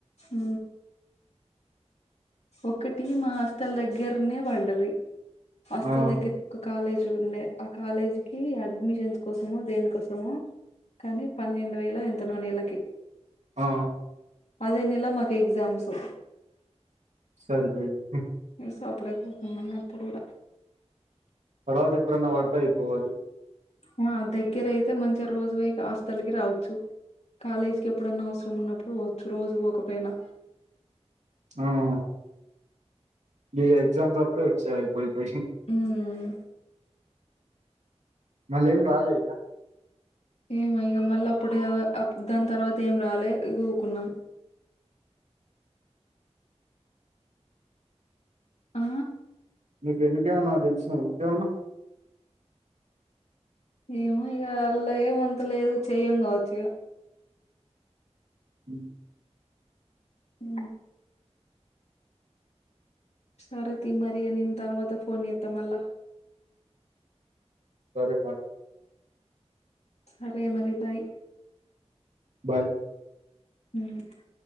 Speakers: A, on the left; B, on the right.
A: ఊ ఒకటి మా హాస్టల్ దగ్గరనే పడ్డది హాస్టల్
B: ఆ
A: దగ్గరే ఒక కాలేజ్ ఉండే ఆ కాలేజీ కి అడ్మిషన్స్ కోసమో దేనికోసమో కానీ పన్నెండు వేలో ఎంతో నో నెలకి
B: ఆ
A: అదే నెల మాకు ఎగ్జామ్స్
B: సరిపోయింది
A: మిస్ అప్పుడు కాకున్న ఇప్పుడే రా
B: తర్వాత ఎప్పుడన్నా పడతాయి అయిపోవాలి
A: మ దగ్గర అయితే మంచి రోజు లు కాస్త తొలీగి రావచ్చు కాలేజీకి ఎప్పుడైనా అవసరం ఉన్నప్పుడు రోజు పోకపోయినా
B: ఆ ఈ ఎగ్జామ్స్ అప్పుడే వచ్చ పోయిపోయి
A: ఉమ్
B: మళ్లీ ఎమ్ రాలే ఇక
A: ఏమి ఇగ మల్ల అప్పుడే దాని తర్వాత ఏం రాలే ఇగ ఊకున్నాం ఆ
B: నీ ఫ్రెండ్ కే ఏమైనా తెలుసా <unintelligible>
A: ఏమో ఇగ అల ఏం అంత లేదు చేయం కావచ్చు
B: అ
A: ఉ సరే తీ మరిగ నిన్ తర్వాత ఫోన్ చేత మల్లా
B: సరే మరి
A: సరే మరి బాయ్
B: బాయ్
A: హ